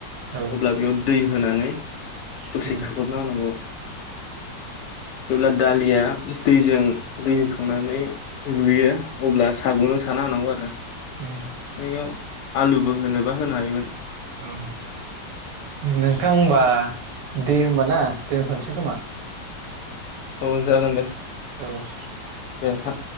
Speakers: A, on the right (about 75°); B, on the left (about 75°).
A: औ
B: अब्ला बेयाव दै होनानै
A: ओ
B: दसे खोबहाबना होनांगौ जेब्ला दालिया दैजों दै होखांनानै रुयो अब्ला सागंजों साना होनांगौ आरो
A: उम
B: नोंनियाव आलुबो होनोबा होनो हायोमोन
A: औ नोंथां ओमबा दे होनबा ना दोनथसै खोमाना?
B: औ जागोन दे।
A: औ
B: दे नोंथां।